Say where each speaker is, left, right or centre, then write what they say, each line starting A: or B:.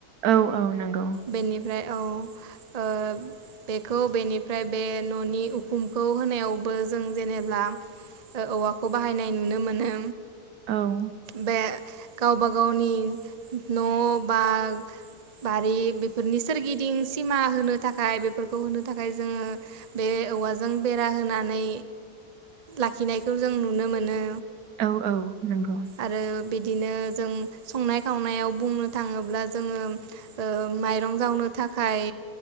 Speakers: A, on the right; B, on the right.
A: औ औ नोंगौ।
B: बेनिफ्राय औ ओ बेखौ बेनिफ्राय बे न'नि उखुमखौ होनायावबो जों जेनेब्ला ओ औवाखौ बाहायनाय नुनो मोनो।
A: औ
B: बे गावबा गावनि न' बां बारि बेफोरनि सोरगिदिं सिमा होनो थाखाय बेफोरखौ होनो थाखाय जोङो बे औवाजों बेरा होनानै लाखिनायखौ जों नुनो मोनो।
A: औ औ नंगौ।
B: आरो बिदिनो जों संनाय खावनायाव बुंनो थाङोब्ला जोङो ओ माइरं जावनो थाखाय